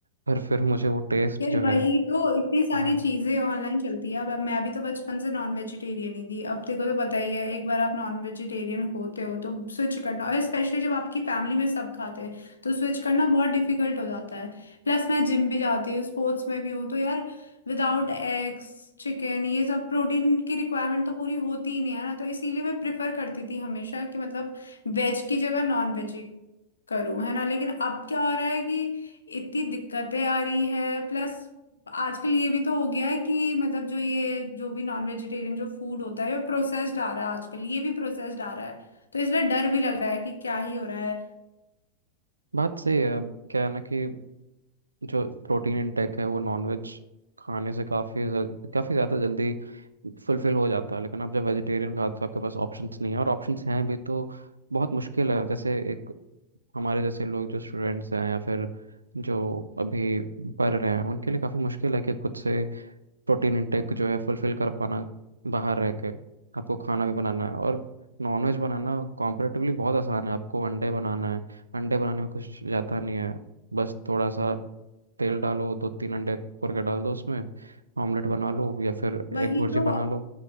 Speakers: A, on the right (about 80°); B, on the left (about 75°).
A: पर फिर मुझे वो टेस्ट
B: यार
A: जो
B: वही
A: है
B: तो इतनी सारी
A: हाँ
B: चीजें ऑनलाइन चलती है अब अब मैं भी तो बचपन से नॉन वेजिटेरियन ही थी अब देखो तो पता ही है एक बार आप नॉन वेजिटेरियन होते हो तो स्विच करना और स्पेशली जब आपकी फैमिली में सब खाते हैं तो स्विच करना बहुत डिफिकल्ट हो जाता है प्लस मैं जिम भी जाती हूँ स्पोर्ट्स में भी हूँ तो यार विदाउट एग्स चिकन ये सब प्रोटीन की रिक्वायरमेंट तो पूरी होती ही नहीं है ना तो इसीलिए मैं प्रेफर करती थी हमेशा कि मतलब वेज की जगह नॉन वेज करूं है ना लेकिन अब क्या हो रहा है कि इतनी दिक्कतें आ रही है प्लस आजकल ये भी तो हो गया है कि मतलब जो ये जो भी नॉन वेजिटेरियन जो फूड होता है वो प्रोसेस्ड आ रहा है आजकल ये भी प्रोसेस्ड आ रहा है तो इसलिए डर भी लग रहा है कि क्या ही हो रहा है
A: बात सही है अब क्या है ना कि जो प्रोटीन इनटेक है वो नॉनवेज खाने से काफ़ी काफ़ी ज़्यादा जल्दी फुलफिल हो जाता है लेकिन आप जब वेजिटेरियन खाते हो आपके पास ऑप्शंस नहीं है और ऑप्शंस हैं भी तो बहुत मुश्किल है जैसे एक हमारे जैसे लोग जो स्टूडेंट्स हैं या फिर जो अभी पढ़ रहे हैं उनके लिए काफ़ी मुश्किल है कि खुद से प्रोटीन इंटेक जो है फुलफिल कर पाना बाहर रह के आपको खाना भी बनाना है और नॉनवेज बनाना कॉम्परेटिवली बहुत आसान है आपको अंडे बनाना है अंडे बनाने में कुछ जाता नहीं है बस थोड़ा सा तेल डालो दो तीन अंडे फोड़ के डाल दो उसमें ऑमलेट बना लो या फिर एग
B: वही
A: भुर्जी
B: तो
A: बना लो